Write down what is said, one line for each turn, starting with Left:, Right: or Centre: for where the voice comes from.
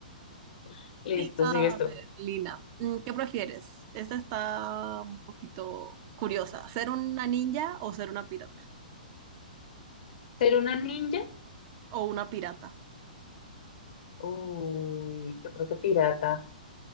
Left: <laughs> Listo,
Right: A
Left: sigue esto.
Right: ver, Lina, mm, ¿qué prefieres? Esta está un poquito curiosa, ¿ser una ninja o ser una pirata?
Left: ¿Ser una ninja?
Right: O una pirata.
Left: Uy, yo creo que pirata,